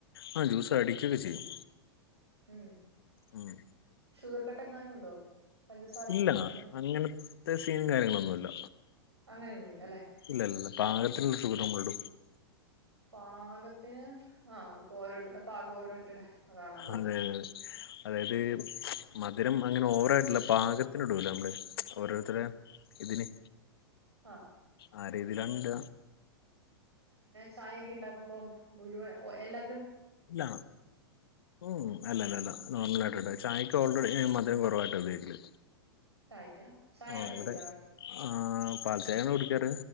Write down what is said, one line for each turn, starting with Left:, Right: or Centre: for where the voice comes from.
Left: ആഹ് ജ്യൂസ് അടിക്കൊക്കെ ചെയ്യും
Right: ഉം
Left: ഉം
Right: ഷുഗർ കട്ട് എങ്ങാനും ഉണ്ടോ പഞ്ചസാര
Left: ഇല്ല
Right: കുറയ്ക്കുന്നേ
Left: അങ്ങനത്തെ സീനും കാര്യങ്ങളൊന്നുല്ല
Right: അങ്ങനെയൊന്നുമില്ല അല്ലെ
Left: ഇല്ല ഇല്ല പാകത്തിന് ഷുഗർ <unintelligible>
Right: പാകത്തിന് ആ അതിപ്പോ ഓരോരുത്തരുടെ പാകം ഓരോരുത്തരുടെ അതാണല്ലോ
Left: അതെ
Right: അല്ലെ
Left: അതെ അതായത് മധുരം അങ്ങനെ ഓവറായിട്ടില്ല പാകത്തിന് ഇടുലെ നമ്മള് ഓരോരുത്തരെ ഇതിന്
Right: ആഹ്
Left: ആ രീ തിയിലാണ് ഇട
Right: ചായൊക്കെ ഉണ്ടാക്കുമ്പം മുഴുവൻ എല്ലാ
Left: ഇല്ല ഉം അല്ലല്ലല്ല നോർമൽ ആയിട്ടാ ഇടാ ചായ ക്ക് ഓൾറെഡി മധുരം കുറവായിട്ടാ ഉപയോഗിക്കല്
Right: ചായക്കാ ചായയാണോ
Left: ആ ഇവിടെ
Right: കുടിക്കാറ്
Left: ആ പാൽച്ചായയാണ് കുടിക്കാറ്